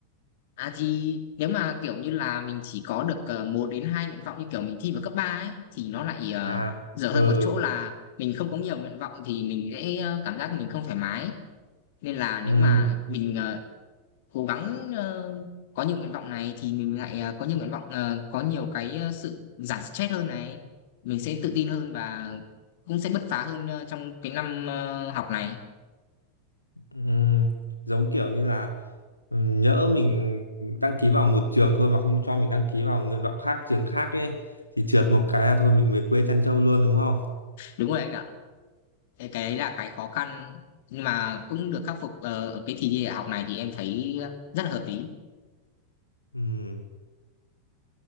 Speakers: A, on the left; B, on the left.
A: à thì nếu mà kiểu như là mình chỉ có được ờ, một đến hai nguyện vọng như kiểu mình thi vào cấp 3 ấy thì nó lại ờ,
B: à
A: dở
B: ừ
A: hơn một chỗ là mình không có nhiều nguyện vọng thì mình sẽ ờ, cảm giác mình không thoải mái nên là nếu
B: ừm,
A: mà mình ờ, cố gắng ờ, có nhiều nguyện vọng này thì mình lại ờ, có nhiều nguyện vọng ờ, có nhiều cái ờ, sự giảm stress hơn này mình sẽ tự tin hơn và cũng sẽ bứt phá hơn ờ, trong cái năm ờ, học này
B: ừm, giống kiểu như là ừm, nhỡ mình đăng ký vào một trường thôi mà không cho mình đăng ký vào nguyện vọng khác trường khác ấy thì trượt một cái là thôi mình về quê chăn trâu luôn đúng không
A: đúng rồi anh ạ cái cái đấy là cái khó khăn nhưng mà cũng được khắc phục ờ, ở cái kỳ thi đại học này thì em thấy rất là hợp lý
B: Ừm,